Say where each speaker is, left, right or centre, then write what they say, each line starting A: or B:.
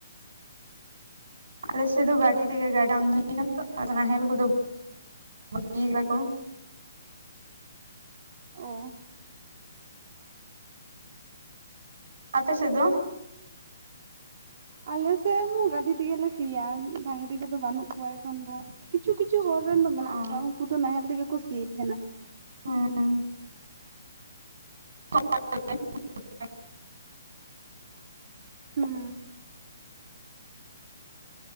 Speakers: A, on the right (about 75°); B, on the right (about 55°).
A: ᱟᱞᱮᱥᱮᱫ ᱫᱚ ᱜᱟᱹᱰᱤ ᱛᱮᱜᱮ ᱜᱟᱰᱟ <unintelligible> ᱟᱫᱚ ᱱᱟᱦᱮᱞ ᱠᱚᱫᱚ ᱵᱷᱟᱹᱜᱤ ᱠᱟᱫᱟ ᱠᱚ᱾
B: ᱚ᱾
A: ᱟᱯᱮ ᱥᱮᱫ ᱫᱚ᱾
B: ᱟᱞᱮ ᱥᱮᱜ ᱦᱚᱸ ᱜᱟᱹᱰᱤ ᱛᱮᱜᱮᱞᱮ ᱥᱤᱭᱟ ᱰᱟᱝᱨᱤ ᱠᱚᱫᱚ ᱵᱟᱹᱱᱩᱜ ᱠᱚᱣᱟ ᱮᱠᱷᱚᱱ ᱫᱚ᱾ ᱠᱤᱪᱷᱩ ᱠᱤᱪᱷᱩ ᱦᱚᱲ ᱨᱮᱱ ᱫᱚ ᱢᱮᱱᱟᱜ
A: ᱚ
B: ᱠᱚᱣᱟ ᱩᱱᱠᱩ ᱫᱚ ᱱᱟᱦᱮᱞ ᱛᱮᱜᱮ ᱠᱚ ᱥᱤ ᱛᱟᱦᱮᱱᱟ᱾
A: ᱩ <inaudible>
B: ᱦᱩᱸ᱾